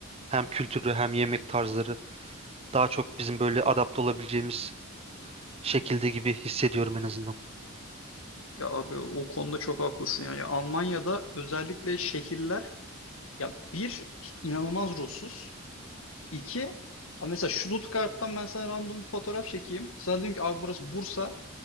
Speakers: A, on the right (about 25°); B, on the left (about 70°).
A: Hem kültürü hem yemek tarzları daha çok bizim böyle adapte olabileceğimiz şekilde gibi hissediyorum en azından.
B: Ya abi o konuda çok haklısın yani. Ya Almanya'da özellikle şehirler ya bir inanılmaz ruhsuz. İki, ama mesela Stuttgart'tan ben sana random bir fotoğraf çekeyim. Sana diyeyim ki abi burası Bursa.